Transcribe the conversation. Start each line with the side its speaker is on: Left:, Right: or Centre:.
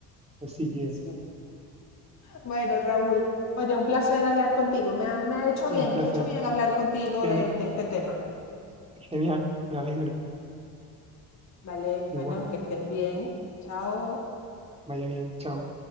Right: Así que
Left: Sí. Bueno, Raúl, oye, un placer hablar contigo. Me ha, me ha hecho
Right: un
Left: bien,
Right: placer.
Left: me ha hecho bien hablar contigo
Right: Geni-
Left: de, de este tema.
Right: genial, me alegro.
Left: Vale,
Right: Igual,
Left: bueno, que estés bien. Chao.
Right: vaya bien, chao.